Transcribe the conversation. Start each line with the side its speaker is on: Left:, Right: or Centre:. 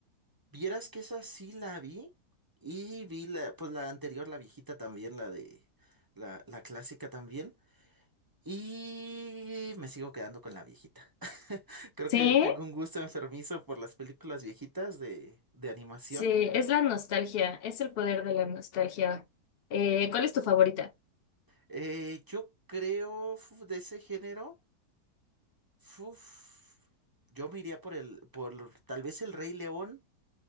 Right: vieras que esa sí la vi y vi la, pues la anterior, la viejita también, la de, la, la clásica también y me sigo quedando con la viejita. <laughs> Creo
Left: Sí,
Right: que tengo un gusto enfermizo por las películas viejitas de, de animación.
Left: sí, es la nostalgia, es el poder de la nostalgia. Eh, ¿cuál es tu favorita?
Right: Eh, yo creo fu- de ese género, fuf, yo me iría por el, por tal vez el Rey León.